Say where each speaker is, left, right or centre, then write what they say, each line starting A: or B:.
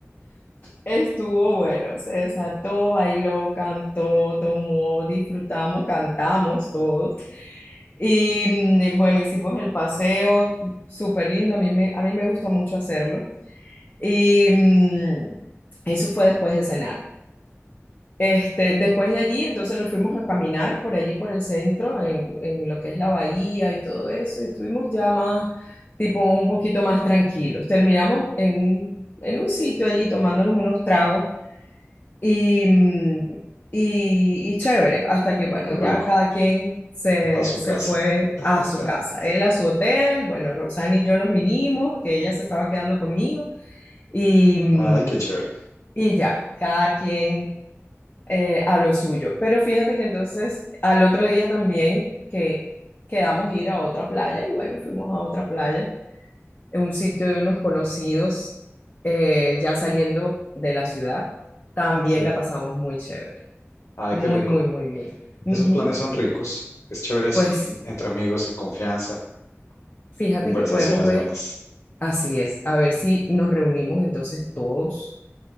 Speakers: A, on the left (about 35°); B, on the left (about 75°).
A: Estuvo bueno, se desató, bailó, cantó, tomó, disfrutamos, cantamos todos. Y mm, eh, bueno, hicimos el paseo, súper lindo, a mí me, a mí me gustó mucho hacerlo. Y mm, eso fue después de cenar. Este, después de allí, entonces nos fuimos a caminar por allí, por el centro, en, en lo que es la bahía y todo eso, y estuvimos ya más, tipo, un poquito más tranquilos. Terminamos en, un- en un sitio allí tomándonos unos tragos y, mm, y, y chévere, hasta que, bueno,
B: qué rico,
A: ya cada quien se,
B: para su
A: se
B: casa.
A: fue a
B: <laughs>
A: su casa, él a su hotel, bueno, Roxana y yo nos vinimos, que ella se estaba quedando conmigo, y, mm,
B: Ay, qué chévere,
A: y ya, cada quien eh, a lo suyo. Pero fíjate que entonces al otro día también que quedamos ir a otra playa, y bueno, fuimos a otra playa, en un sitio de unos conocidos, eh, ya saliendo de la ciudad, también
B: sí,
A: la pasamos muy chévere.
B: ay,
A: Muy,
B: qué rico.
A: muy, muy bien. Ujú.
B: Esos planes son ricos, es chévere así,
A: Pues
B: entre amigos, en confianza.
A: fíjate
B: Conversaciones
A: que podemos ver,
B: buenas.
A: así es, a ver si nos reunimos entonces todos,